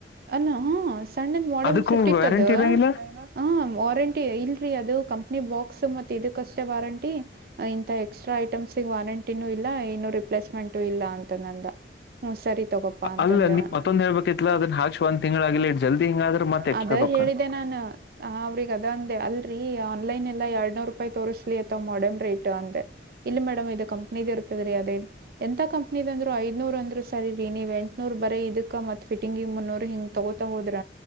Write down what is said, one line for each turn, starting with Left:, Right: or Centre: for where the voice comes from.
Right: ಅಲ್ಲ ಹ ಸಣ್ಣದ್ ಮೋಡಮ್
Left: ಅದಕ್ಕೂ
Right: ಸುಟ್ಟಿತ್ತದು
Left: ವ್ಯಾರಂಟಿ ಇರಂಗಿಲ್ಲ
Right: ಹ ವಾರಂಟಿ ಇಲ್ರಿ ಅದು ನೀವ್ ಬಾಕ್ಸ್ ಮತ್ತ ಇದಕ್ಕಷ್ಟೇ ವಾರಂಟಿ ಇಂತ ಎಕ್ಸ್ಟ್ರಾ ಐಟಮ್ಸ್ಗ್ ವಾರಂಟಿನೂ ಇಲ್ಲ ಏನು ರಿಪ್ಲೇಸ್ಮೆಂಟು ಇಲ್ಲ ಅಂ ತ್ತೆನಂದ ಹ್ಮ್ ಸರಿ ತಗೊಪ ಅಂತಂದೆ
Left: ಅಲ್ಲ ನೀ
Right: ನಾನ್
Left: ಮತ್ತೊಂದ್ ಹೇಳ್ಬೇಕಿತ್ಲ ಅದನ್ನ ಹಾಕ್ಸಿ ಒಂದ್ ತಿಂಗಳಾಗಿಲ್ಲ ಇಟ್ ಜಲ್ದಿ ಹಿಂಗಾದ್ರ ಮತ್ತೆ ಎಕ್ಸ್ಟ್ರಾ
Right: ಅದೇ
Left: ರೊಕ್ಕ
Right: ಹೇಳಿದ ನಾನು ಅವ್ರಿಗೆ ಅದ ಅಂದೆ ಅ ರೀ ಆನ್ಲೈನೆಲ್ಲ ಎರಡ್ ನೂರ್ ರೂಪಾಯಿ ತೋರ್ಸ್ಲಿ ಅತ ಮಾಡೆಮ್ ರೇಟು ಅಂದೆ ಇಲ್ಲ ಮೇಡಮ್ ಇದು ಕಂಪ್ನಿದು ಇರ್ತದೀ ಅದೆ ಎಂತ ಕಂಪ್ ನಿದಂದ್ರು ಐದ್ನೂರ್ ಅಂದ್ರು ಸರಿರಿ ನೀವ್ ಎಂಟನೂರ್ ಬರೀ ಇದಕ್ಕ ಮತ್ ಫಿಟಿಂಗ್ ಮುನ್ನೂರ್ ಹಿಂಗ ತಗೋತಾ ಹೋದ್ರ